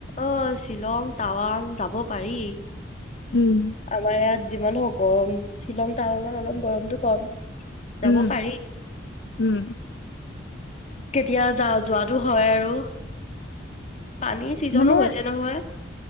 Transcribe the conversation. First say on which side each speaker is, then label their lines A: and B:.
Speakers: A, on the left; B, on the left.
A: অ শ্বিলং টাৱাংত হব পাৰি আমাৰ
B: উম
A: ইয়াত যিমানে হওঁক গৰম শ্বিলং টাৱাঙত অলপ গৰমতটো কম যাব
B: উম
A: পাৰি
B: উম
A: কেতিয়া যা যোৱাটো হয় আৰু পানীৰ ছিজনো
B: মানে
A: হৈছে নহয়